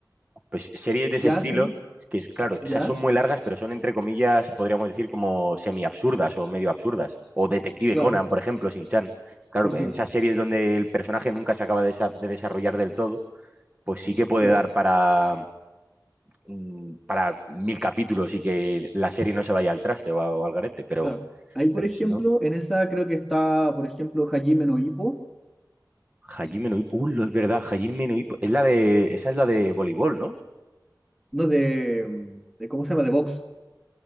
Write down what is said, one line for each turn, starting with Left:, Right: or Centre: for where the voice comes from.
Right: Pues series de ese
Centre: ya
Right: estilo,
Centre: sí,
Right: que es- claro,
Centre: ya,
Right: esas son muy largas, pero son entre comillas, podríamos decir, como semi-absurdas o medio absurdas. O Detective
Centre: claro,
Right: Conan, por ejemplo, sin chan Claro,
Centre: sí, sí,
Right: en esas series donde el personaje nunca se acaba de, desa- de desarrollar del todo, pues sí que puede
Centre: claro,
Right: dar para, mm, para mil capítulos y que la serie no se vaya al traste o, a- o al garete, pero,
Centre: claro. Ahí, por
Right: pero
Centre: ejemplo,
Right: si no.
Centre: en esa creo que está, por ejemplo, Hajime no Ippo.
Right: Hajime no Ippo, uh,
Centre: No
Right: lo
Centre: sé
Right: es verdad, Hajime no Ippo. Es la de, esa es la de voleibol, ¿no?
Centre: No, de, de. ¿Cómo se llama? De box.